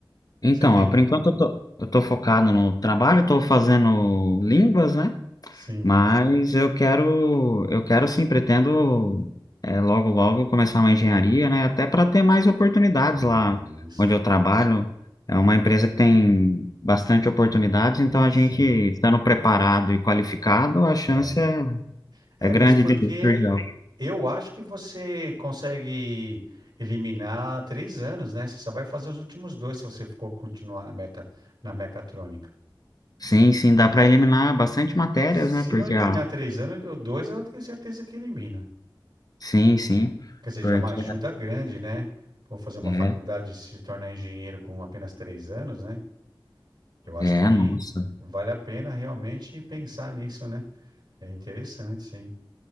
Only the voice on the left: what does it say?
Então,
ó, por enquanto eu tô, eu tô focado no trabalho, tô fazendo línguas, né?
Mas eu quero, eu quero sim, pretendo é, logo, logo começar uma engenharia, né? Até para ter mais oportunidades
lá onde eu trabalho. É uma empresa que tem bastante oportunidades, então a
gente estando preparado e qualificado, a chance
é,
é grande
de surgir.
Sim, sim, dá para eliminar bastante matérias,
né? Porque
a.
Sim, sim.
Porque
é,
é,
nossa.